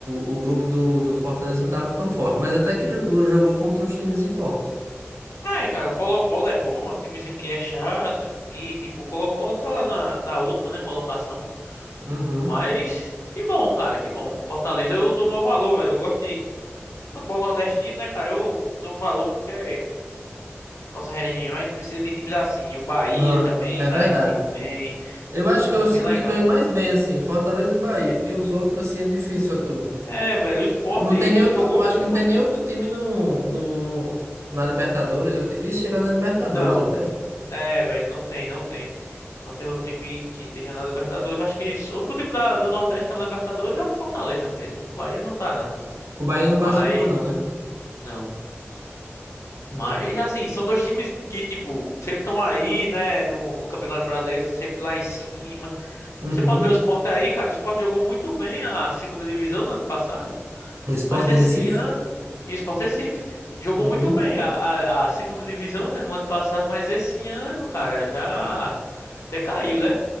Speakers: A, on the right; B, on the left.
A: o, o grupo do, do Fortaleza não estava tão forte, mas até que jo- jogou contra uns times fortes.
B: É, cara, o Colo-Colo é bom, é um timezinho que é chato. E, tipo, o Colo-Colo tá lá na, na última, né, colocação.
A: Uhum.
B: Mas, que bom, cara, que bom. Fortaleza, eu dou maior valor, velho. Eu gosto de futebol nordestino, né, cara? Eu dou valor porque é nossa região, a gente precisa de times assim. E O Bahia
A: Não,
B: também
A: é é
B: tá
A: verdade.
B: indo muito bem.
A: Eu acho
B: Então
A: que é os
B: é bem
A: times
B: legal.
A: que estão indo mais bem, assim, Fortaleza e Bahia, porque os outros, assim, é difícil, tu.
B: É, velho, o Sport
A: Não tem nem outro,
B: jogou
A: eu acho
B: muito.
A: que não tem nem outro time no, no, na Libertadores, é difícil chegar na Libertadores
B: Não.
A: até.
B: É, velho, não tem, não tem. Não tem outro time que esteja na Libertadores. Eu acho que o único time da- do Nordeste que tá na Libertadores é o Fortaleza mesmo. O Bahia não tá, não.
A: O Bahia
B: Mas,
A: não classificou, não, né?
B: não. Mas,
A: É.
B: assim, são dois times que, tipo, sempre estão aí, né, no, no Campeonato Brasileiro, sempre lá em cima.
A: Uhum.
B: Você pode ver o Sport aí, cara. O Sport jogou muito bem a segunda divisão no ano passado,
A: O Sport
B: mas esse
A: de Recife?
B: ano. E o Sport Recife jogou
A: Uhum.
B: muito bem a, a, a segunda divisão, né, no ano passado, mas esse ano, cara, já decaiu, né?